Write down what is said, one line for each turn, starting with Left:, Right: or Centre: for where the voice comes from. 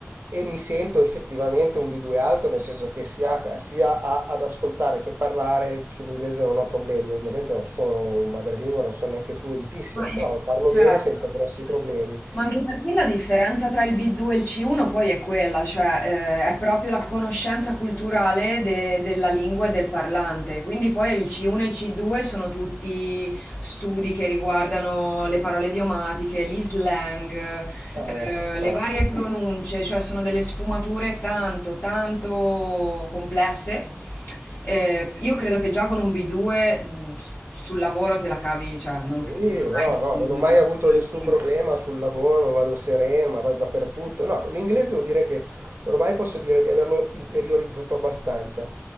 Right: e mi sento effettivamente un B2 alto, nel senso che sia, sia a- ad ascoltare che parlare sull'inglese non ho problemi, ovviamente non sono un madrelingua, non sono neanche fluentissimo,
Left: Ma
Right: però
Left: in-
Right: lo parlo
Left: certo.
Right: bene senza grossi problemi.
Left: Ma anche perché la differenza tra il B2 e il C1 poi è quella, cioè eh, è proprio la conoscenza culturale de- della lingua e del parlante. Quindi poi il C1 e il C2 sono tutti studi che riguardano le parole idiomatiche, gli slang,
Right: Eh,
Left: eh, le
Right: ma-
Left: varie pronunce, cioè sono delle sfumature tanto, tanto complesse. Eh, io credo che già con un B2 mh, s- sul lavoro te la cavi, cioè non,
Right: Sì,
Left: non
Right: no,
Left: hai
Right: no,
Left: bisogno
Right: non ho mai
Left: di...
Right: avuto nessun
Left: di-
Right: problema sul lavoro, vado sereno, ma vado dappertutto. No, l'inglese devo dire che ormai posso dire di averlo interiorizzato abbastanza,